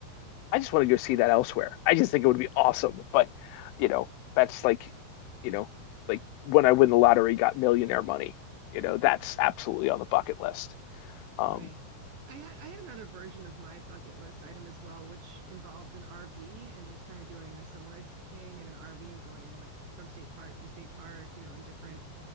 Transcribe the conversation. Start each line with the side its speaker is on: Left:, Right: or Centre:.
Left: I just want to go see that elsewhere. I just think it would be awesome, but you know, that's like, you know, like when I win the lottery, got millionaire money. You know, that's absolutely on the bucket list. Um,
Right: Right. I had I had another version of my bucket list item as well, which involved an RV and just kind of doing a similar thing in an RV and going like from state park to state park, you know, in different